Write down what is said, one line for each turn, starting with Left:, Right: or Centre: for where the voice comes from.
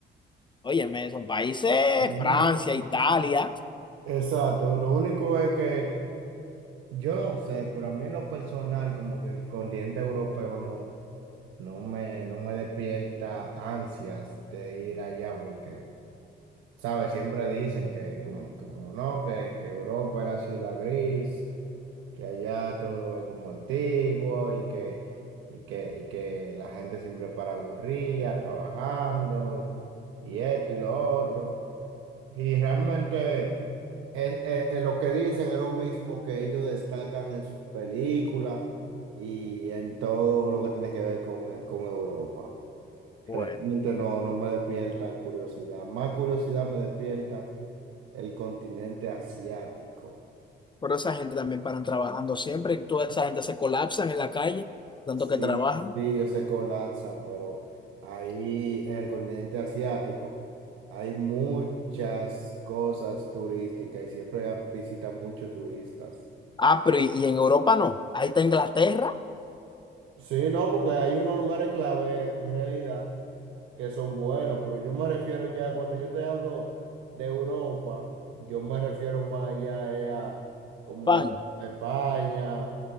Left: Óyeme, son países,
Right: No.
Left: Francia, Italia,
Right: Exacto, lo único es que Yo no sé, pero a mí en lo personal, como que el continente europeo no, no me, no me despierta ansias de ir allá, porque, ¿sabes? Siempre dicen que, como, como no, que, que Europa es la ciudad gris, que allá todo es como antiguo y que, y que, y que la gente siempre para aburrida, trabajando y, y esto y lo otro. Y realmente. En, en- en lo que dicen es lo mismo que ellos destacan en sus películas y en todo lo que tiene que ver con, eh, con Europa.
Left: Bueno,
Right: Realmente no, no me despierta curiosidad. Más curiosidad me despierta el continente asiático.
Left: pero esa gente también paran trabajando siempre y toda esa gente se colapsan en la calle, tanto que
Right: Sí,
Left: trabajan.
Right: sí, yo sé que colapsan, pero ahí en el continente asiático hay muchas cosas turísticas y siempre visitan muchos turistas.
Left: Ah, pero y, y en Europa no. Ahí está Inglaterra,
Right: Sí, no, porque hay unos lugares clave en realidad que son buenos, pero yo me refiero ya, cuando yo te hablo de Europa, yo me refiero más ya eh, a como
Left: España.
Right: a España,